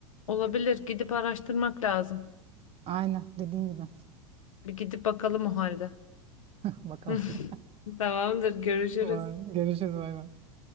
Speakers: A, on the left (about 80°); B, on the right (about 35°).
A: Olabilir. Gidip araştırmak lazım.
B: Aynen dediğin gibi
A: Bir gidip bakalım o halde.
B: <laughs> bakalım.
A: <laughs> Tamamdır. Görüşürüz.
B: Vay, Görüşürüz bay bay.